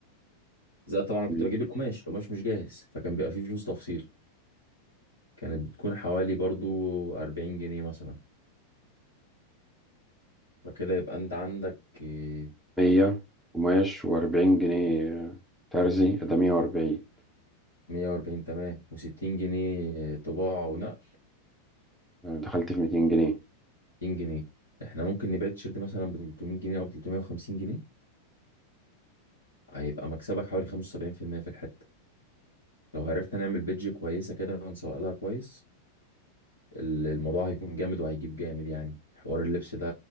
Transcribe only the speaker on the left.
زائد طبعا أنا كنت
بجيب القماش القماش مش جاهز فكان بيبقى فيه فلوس تفصيل كانت بتكون حوالي برضه 40 جنيه مثلا فكده يبقى انت عندك آه،
140 تمام و60 جنيه طباعة ونقل
60 جنيه احنا ممكن نبيع التيشيرت مثلا ب 300 جنيه او ب 350 جنيه هيبقى مكسبك حوالي 75% في المية في الحتة لو عرفنا نعمل بيدج كويسة كده ونسوق لها كويس ال- الموضوع هيكون جامد وهيجيب جامد يعني حوار اللبس ده